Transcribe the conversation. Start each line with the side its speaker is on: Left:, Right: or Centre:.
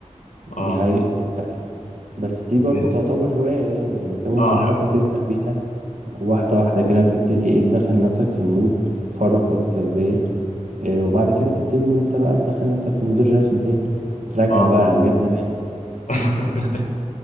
Right: دي
Left: اه
Right: حقيقة دي حقيقة بس دي برضو
Left: دي ح-
Right: تعتبر هواية يعني يعني انت ممكن
Left: اه
Right: حتى تبدأ بيها واحدة واحدة كده تبتدي ايه تدخل نفسك في المود تخرج طاقة سلبية إيه وبعد كده تبتدي ان انت بقى تدخل نفسك في مود الرسم تاني وترجع
Left: اه
Right: بقى امجاد زمان
Left: <laughs>